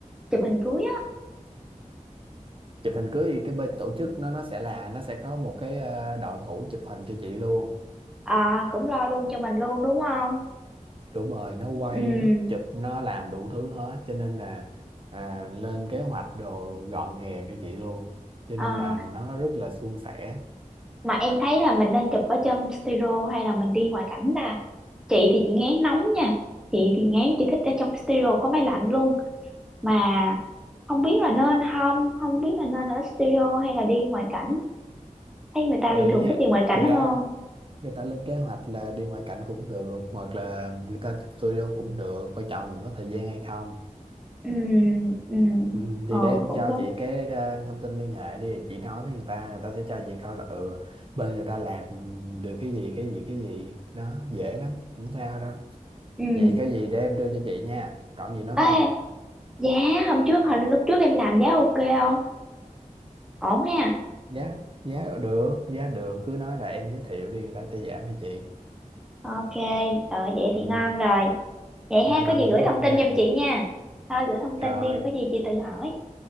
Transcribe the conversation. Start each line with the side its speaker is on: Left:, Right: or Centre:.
Centre: chụp hình cưới á
Right: chụp hình cưới thì cái bên tổ chức nó nó sẽ là nó sẽ có một cái ờ, đội ngũ chụp hình cho chị luôn
Centre: à, cũng lo luôn cho mình luôn đúng không
Right: đúng rồi nó quay
Centre: ừ
Right: nó chụp nó làm đủ thứ hết cho nên là à, lên kế hoạch đồ gọn gàng cho chị luôn cho
Centre: Ờ,
Right: nên là nó rất là suôn sẻ
Centre: mà em thấy là mình nên chụp ở trong studio hay là mình đi ngoại cảnh ta chị thì chị ngán nóng nha chị thì ngán chị thích ở trong studio có máy lạnh luôn mà không biết là nên không không biết là nên ở studio hay là đi ngoại cảnh thấy người ta
Right: rồi
Centre: thì thường thích đi ngoại cảnh
Right: người
Centre: hơn
Right: ta người ta lên kế hoạch là đi ngoại cảnh cũng được hoặc là người ta chụp studio cũng được quan trọng là mình có thời gian hay không
Centre: ừ ừ
Right: ừ,
Centre: ừ
Right: thì để em
Centre: cũng
Right: cho
Centre: đúng
Right: chị cái, cái thông tin liên hệ đi rồi chị nói với người ta người ta sẽ cho chị coi là ừ bên người ta làm được cái gì cái gì cái gì đó dễ lắm không sao đâu
Centre: ừ
Right: Vậy có gì để em đưa cho chị nha. Còn gì nữa
Centre: ê
Right: không?
Centre: giá hôm trước hồi lúc trước em làm giá ok không ổn ha
Right: Giá, giá được, giá được. Cứ nói là em giới thiệu đi, người ta sẽ giảm cho chị.
Centre: ok ờ vậy
Right: Ừ.
Centre: thì ngon rồi vậy
Right: Dạ
Centre: ha có
Right: còn
Centre: gì
Right: gì
Centre: gửi
Right: nữa không
Centre: thông tin
Right: nè?
Centre: giùm chị nha thôi gửi thông
Right: Trời,
Centre: tin đi rồi có gì chị tự hỏi